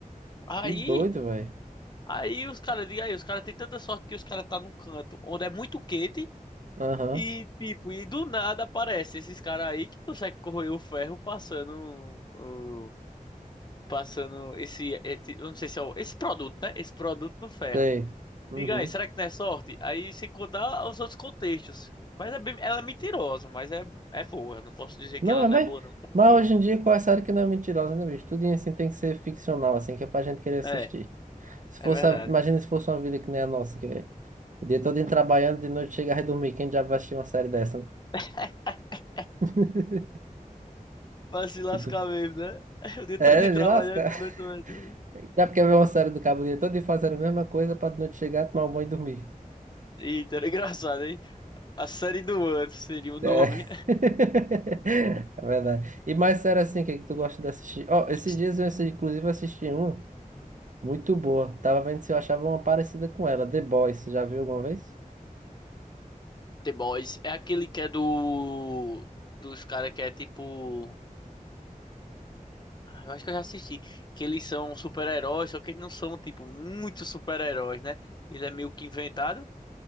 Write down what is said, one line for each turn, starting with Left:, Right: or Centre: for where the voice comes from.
Left: Aí.
Right: Que doido, velho.
Left: Aí os caras, diga aí, os caras têm tanta sorte que os caras tá num canto onde é muito quente
Right: Aham.
Left: e tipo, e do nada aparece esses caras aí que conseguem corroer o ferro passando o- passando esse, esse- eu não sei se é o, esse produto, né? Esse produto no ferro.
Right: Sei. Uhum.
Left: Diga aí, será que não é sorte? Aí sem contar os outros contextos. Mas é bem, ela é mentirosa, mas é, é boa. Não posso dizer
Right: Não,
Left: que ela
Right: é
Left: não
Right: mais.
Left: é boa, não, que ela
Right: Mas
Left: é boa.
Right: hoje em dia, qual é a série que não é mentirosa, né, bicho? Tudo assim tem que ser ficcional, assim, que é pra gente querer assistir.
Left: É,
Right: Se fosse
Left: é verdade.
Right: a- Imagina se fosse uma vida que nem a nossa, que O dia todo indo trabalhando, de noite chega a dormir. Quem já vai assistir uma série dessa? né?
Left: <laughs>
Right: <laughs>
Left: Pra se lascar
Right: E tu-
Left: mesmo, né? <laughs> O dia
Right: É,
Left: todo trabalhando
Right: de lasca.
Left: de noite, velho.
Right: <laughs> Já porque ver uma série do cabo o dia todo e fazer a mesma coisa para de noite chegar, tomar um banho e dormir.
Left: Eita, era engraçado, hein? A série do ano seria o nome.
Right: É. <laughs> É verdade. E mais sério assim, o que é que tu gosta de assistir? Ó, esses
Left: <laughs>
Right: dias eu assi- inclusive assisti uma muito boa. Tava vendo se eu achava uma parecida com ela, The Boys. Já viu alguma vez?
Left: The Boys é aquele que é do. Dos caras que é tipo. Ah, Eu acho que eu já assisti. Que eles são super-heróis, só que eles não são, tipo, muito super-heróis, né? Ele é meio que inventado.